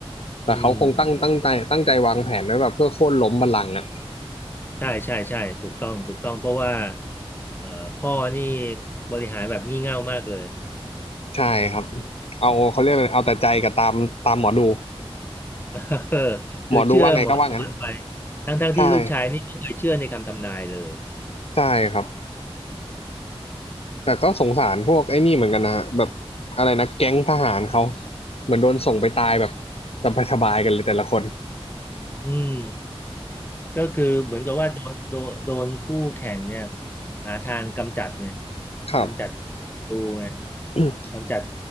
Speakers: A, on the left; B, on the left.
A: แต่เขาคงตั้งตั้งใจตั้งใจวางแผนไว้แบบเพื่อโค่นล้มบัลลังก์อ่ะ
B: อืมใช่ใช่ใช่ถูกต้องถูกต้องเพราะว่าเอ่อพ่อนี่บริหารแบบงี่เง่ามากเลย
A: ใช่ครับเอาเขาเรียกอะไรเอาแต่ใจกับตามตามหมอดู
B: <laughs> เออคือเชื่อหมอดูกันไป
A: หมอดูว่าไงก็ว่างั้น
B: ทั้งๆที่ลูกชายนี่ไม่เคยเชื่อในคำทำนายเลย
A: ใช่ใช่ครับ แต่ก็สงสารพวกไอ้นี่เหมือนกันนะฮะแบบอะไรนะแก๊งทหารเขาเหมือนโดนส่งไปตายแบบสบายสบายกันเลยแต่ละคน
B: อืม ก็คือเหมือนกับว่าโดนโดนโดนคู่แข่งเนี่ยหาทางกำจัดเนี่ย
A: ครับ
B: กำจัดัตูเนี่ย
A: <coughs>
B: กำจัด